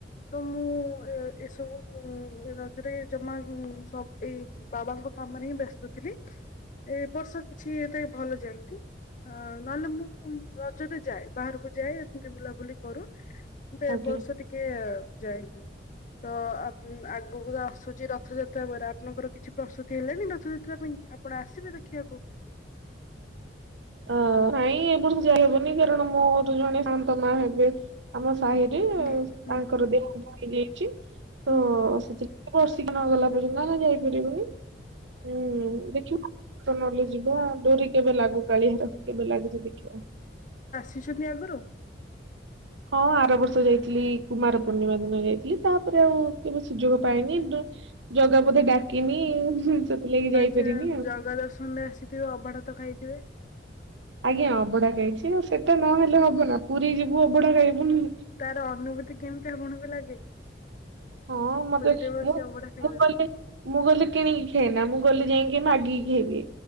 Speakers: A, on the left; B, on the right.
A: ତ ମୁଁ ଏ ଏସବୁ ରଜରେ ଜମା ସବ ଏଇ ବାବାଙ୍କ ଙ୍କ କାମରେ ହିଁ ବ୍ୟସ୍ତ ଥିଲି ଏ ବର୍ଷ କିଛି ଏତେ ଭଲ ଯାଇନି। ଅ ନହେଲେ ମୁଁ ରଜରେ ଯାଏ ବାହାରକୁ ଯାଏ ଏମତି ବୁଲାବୁଲି କରୁ। କିନ୍ତୁ ଏବ
B: ଆଜ୍ଞା।
A: ବର୍ଷ ଟିକେ ଯାଇନୁ। ତ ଆ ଆଗକୁ ଆସୁଚି ରଥଯାତ୍ରା ପରେ ଆପଣଙ୍କର କିଛି ପ୍ରସ୍ତୁତି ହେଲାଣିି ରଥଯାତ୍ର ଆ ପାଇଁ ଆପଣ ଆସିବେ ଦେଖିବାକୁ?
B: ହ ନାଇଁ ଏ ବର୍ ଯାଇ ହବନି କାରଣ ମୋର ଜଣେ ଶାନ୍ତ ମା ହେବେ ଆମ
A: ହୁଁ
B: ସାହିରେ
A: ହୁଁ ହୁଁ
B: ତାଙ୍କର ଦେଥ ହେଇଯାଇଚି ତ
A: ହୁଁ
B: ସେଥି ବର୍ଷିକ ନ ଗଲା ପର୍ଯ୍ୟନ୍ତ ଆମେ ଯାଇପାରିବୁନି ହୁଁ ଦେଖିବା। ତ ନହେଲେ ଯିବା ଆଉ ଡୋରି କେବେ ଲାଗୁ କାଳିଆର କେବେ ଲାଗୁଚି ଦେଖିବା।
A: ଶିଶନି ଆଗରୁ?
B: ହଁ ଆର ବର୍ଷ ଯାଇଥିଲି କୁମାର ପୂର୍ଣ୍ଣିମା ଦିନ ଯାଇଥିଲି ତାପରେ ଆଉ କେବେ ସୁଯୋଗ ପାଇନି। ଜଗା ବୋଧେ ଡାକିନି। ସେଥିଲାଗି ଯାଇପାରିନି
A: ଆଚଛା
B: ଆଉ
A: ଜଗା ଦର୍ଶନ ରେ ଆସିଥିବେ ଅଭଢା ତ ଖାଇଥିବେ?
B: ଆଜ୍ଞା ଅଭଢା ଖାଇଚି, ଆଉ ସେଟା ନହେଲେ ହବ ନା ପୁରୀ ଯିବୁ ଅଭଢଡା ଖାଇବୁ ନୁ।
A: ତାର ଅନୁଭୂତି କେମିତି ଆପଣଙ୍କୁ ଲାଗେ?
B: ହଁ ମତେ
A: ପୁରୀରେ ବସି
B: ମୁଁ
A: ଅବଢା ଖାଇବାରେ?
B: ମୁଁ କ ମୁଁ ଗଲେ କିଣିକି ଖାଏନା। ମୁ ଗଲି ଯାଇକି ମାଗିକି ଖାଇଦିଏ।